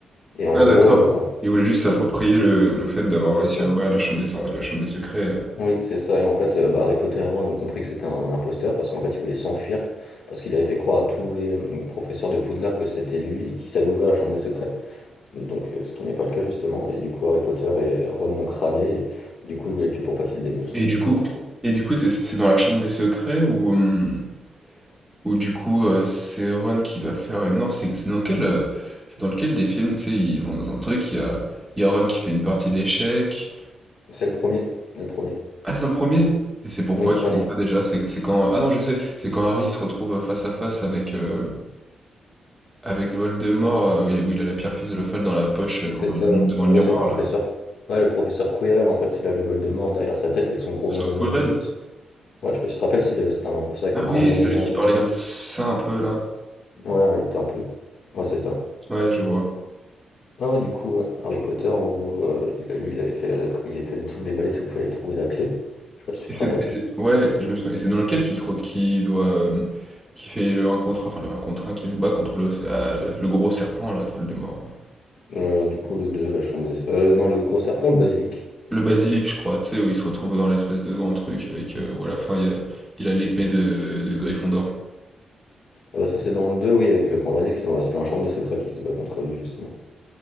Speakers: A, on the left; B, in the centre.
A: et en
B: Ah,
A: gros,
B: d'accord.
A: heu
B: Il voulait juste s'approprier
A: ouais,
B: le, le fait d'avoir
A: c'est
B: réussi
A: ça.
B: à ouvrir la Chambre des, la Chambre des Secrets. euh.
A: Oui, c'est ça. Et en fait, euh, bah, Harry Potter et Ron ont compris que c'était un, un imposteur parce qu'en fait, il voulait s'enfuir parce qu'il avait fait croire à tous les euh, professeurs de Poudlard que c'était lui et qui savait ouvrir la chambre des secrets. Donc, euh, ce qui n'est pas le cas justement. Et du coup, Harry Potter et Ron l'ont cramé. Et, du coup, ils voulaient le tuer pour pas qu'il le dénonce.
B: Et du coup...
A: En gros,
B: Et du coup, c'est c'est dans la chambre des secrets où... hum, Ou du coup, euh, c'est Ron qui va faire. euh, Non, c'est c'est dans quel, euh, c'est dans lequel des films, tu sais, ils vont dans un truc, il y a, il y a Ron qui fait une partie d'échecs.
A: c'est le premier, le premier.
B: Ah, c'est dans le premier. Et c'est pourquoi
A: Oui,
B: ils
A: Ronif.
B: font ça déjà? C'est c'est quand. Ah non, je sais, c'est quand Harry se retrouve face à face avec, euh, avec Voldemort, euh, où il a la pierre philosophale dans la poche
A: Oui,
B: euh, quand
A: c'est ça.
B: il monte devant
A: En
B: le
A: gros,
B: miroir,
A: c'est le professeur.
B: là.
A: Ouais, le professeur Quirrell. En fait, s'il avait Voldemort derrière sa tête avec son gros
B: C'est
A: bandana
B: Quirrell?
A: là, je sais pas si- Ouais, je sais pas si tu te rappelles s'il avait. C'était un professeur avec
B: Ah
A: un grand
B: oui,
A: bandana.
B: celui qui parlait comme ça un peu, là.
A: Ouais, il était un peu. Ouais, c'est ça.
B: Ouais, je vois.
A: ah ouais, du coup, ouais. Harry Potter, en gros, euh, il a, lui, il avait fait, la- il avait fait le truc des balais, c'est qu'il fallait trouver la clé. Je sais pas si tu
B: Et
A: te
B: c'est,
A: rappelles.
B: et c'est- ouais, je me souviens. Et c'est dans lequel qui se re- qui doit, euh, qui fait le un contre un enfin le un contre un qui se bat contre le, ah, le, le gros serpent là, de Voldemort. là.
A: Euh, du coup, le deux la chambre des... euh, non, le gros serpent ou le basilic?
B: Le basilic, je crois, tu sais, où il se retrouve dans l'espèce de grand truc avec, euh, où à la fin il y a, il a l'épée de, de Gryffondor.
A: Ah bah ça, c'est dans le 2 oui, avec le grand basilic, c'est dans, c'est dans la chambre de secret qu'il se bat contre lui, justement.